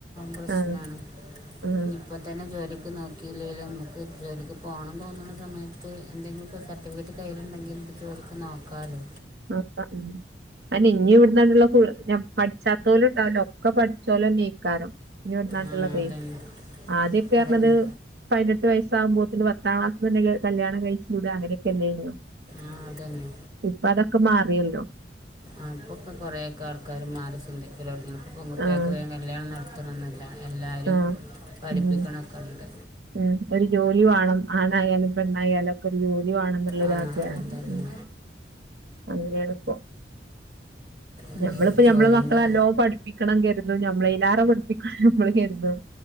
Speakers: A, on the right; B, on the right.
A: പ്രശ്നാണ്
B: ആഹ് ആഹ്
A: ഇനിയിപ്പം തന്നെ ജോലിക്ക് നോക്കിയില്ലേല്ലോന്ന് ഒര് ജോലിക്ക് പോണം തോന്നണ സമയത്ത് എന്തെങ്കിലൊക്കെ സർട്ടിഫിക്കറ്റ് കയ്യിലുണ്ടെങ്കി നമ്മക്ക് ജോലിക്ക് നോക്കാല്ലോ
B: നോക്കാം ഉം അല്ല ഇനി ഇവിടന്നാണ്ടുള്ള ഫുൾ ഞ പഠിച്ചാത്തോല് ഉണ്ടാവില്ലോ ഒക്കെ പഠിച്ചോലെന്നായിക്കാരം ഇനിയിവിട്ന്നാണ്ട്
A: ആ
B: ഇള്ളതെ
A: അതന്നെ
B: ആദ്യൊക്കെ
A: അതന്നെ
B: പറഞ്ഞത് പതിനെട്ട് വയസ്സവുമ്പോത്തന് ഭർ ആഹ് ഹസ്ബൻ്റ് കല്യാണം കഴിച്ച് വിടാ അങ്ങനെയൊക്കെ അല്ലേനിയോ
A: ആഹ് അതന്നെ
B: ഇപ്പൊ അതൊക്കെ മാറിയല്ലോ
A: ആഹ് ഇപ്പൊ ഒക്കെ കൊറേക്കെ ആൾക്കാറ് മാറി ചിന്തിക്കല് തൊടങ്ങീണ് ഇപ്പം പെൺകുട്ടിയാക്ക്
B: ആഹ്
A: വേഗം കല്യാണം നടത്തണന്നില്ല എല്ലാരും
B: ആഹ്
A: പഠിപ്പിക്കണൊക്കെയുണ്ട്
B: ഉം ഉം ഒരു ജോലി വാണം ആണായാലും പെണ്ണായാലും ക്കെ ഒരു ജോലി വാണെന്നുള്ള
A: ആ
B: ആഗ്രഹാണ്
A: അതന്നെ
B: ഉം അങ്ങനെയാണ് ഇപ്പോ
A: ഉം.
B: ഞമ്മളിപ്പോ ഞമ്മളെ
A: ജോലിൻ്റെ
B: മക്കളെ നല്ലോ പഠിപ്പിക്കണം കെരുതും ഞമ്മളയിലാറെ പഠിപ്പിക്കണം ഞമ്മള് കരുതും